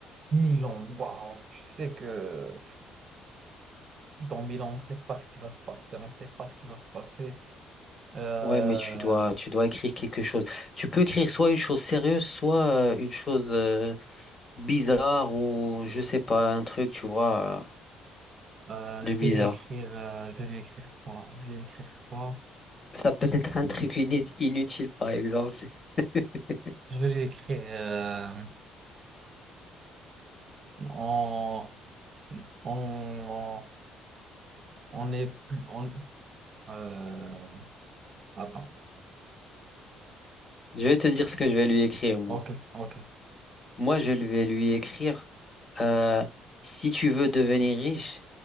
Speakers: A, on the right; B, on the left.
A: Milan, waouh, tu sais que dans Milan, on ne sait pas ce qui va se passer, on ne sait pas ce qui va se passer. Euh,
B: Ouais, mais tu dois, tu dois écrire quelque chose. Tu peux écrire soit une chose sérieuse, soit euh, une chose euh, bizarre ou je sais pas, un truc, tu vois, euh,
A: euh,
B: de
A: je vais
B: bizarre.
A: lui écrire, euh, je vais lui écrire quoi? Je vais lui écrire quoi?
B: Ça peut être un truc ini- inutile, par exemple. <laughs>
A: Je vais lui écrire euh, on, on, on est plus, on, euh, attends,
B: Je vais te dire ce que je vais lui écrire, moi.
A: ok, ok.
B: Moi, je vais lui écrire, euh, si tu veux devenir riche,